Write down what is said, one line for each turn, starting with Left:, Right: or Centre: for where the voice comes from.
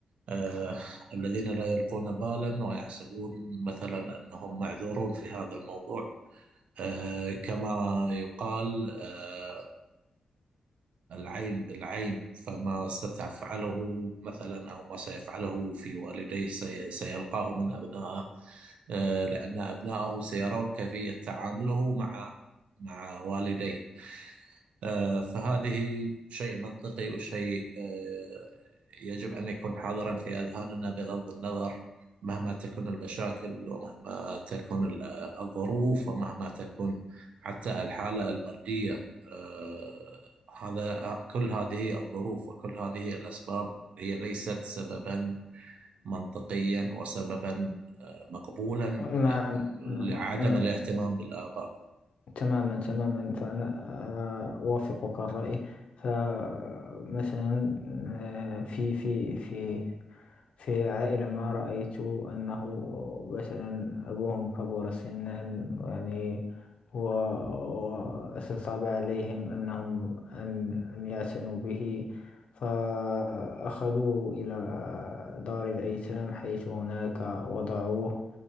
Right: آه، الذين لا يلقون بالا ويحسبون مثلا أنهم معذورون في هذا الموضوع آه، كما يقال آه، العين بالعين فما ستفعله مثلا أو ما سيفعله في والديه سي- سيلقاه من أبنائه آه، لأن أبنائه سيرون كيفية تعامله مع مع والديه آه، فهذه شيء منطقي وشيء آه، يجب أن يكون حاضرا في أذهاننا بغض النظر مهما تكون المشاكل ومهما تكون ال- آه، الظروف ومهما تكون حتى الحالة المادية آه، هذا آه، كل هذه الظروف وكل هذه الأسباب هي ليست سببا منطقيا وسببا آه، مقبولا
Left: نعم
Right: ل-
Left: نعم
Right: لعدم
Left: نعم.
Right: الاهتمام بالآباء
Left: تماما تماما فأنا آه، أوافقك الرأي فمثلا في في في في عائلة ما رأيت أنه مثلا أبوهم كبر سنا يعني هو وصعب عليهم أنهم أن أن يعتنوا به فأخذوه إلى دار الأيتام حيث هناك وضعوه